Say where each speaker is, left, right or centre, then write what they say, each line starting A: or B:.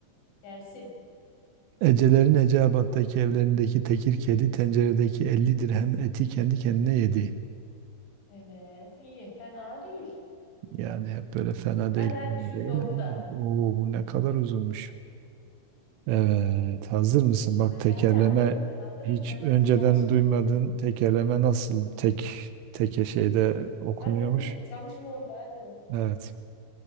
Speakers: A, on the left; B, on the right.
A: Gelsin.
B: Ecelerin Eceabat'taki evlerindeki tekir kedi tenceredeki 50 dirhem eti kendi kendine yedi.
A: Evet iyi fena değil.
B: Yani hep böyle fena değil.
A: Hadi hadi
B: fena
A: şunu
B: Değil.
A: da oku da.
B: Oo, bu ne kadar uzunmuş. Evet, hazır mısın? Bak
A: Hadi
B: tekerleme
A: hadi hazırım ben hazırım.
B: hiç
A: Sen orada
B: önceden
A: çalış
B: duymadın. Tekerleme nasıl tek teke şeyde okunuyormuş?
A: Hadi çalışma orada hadi.
B: Evet.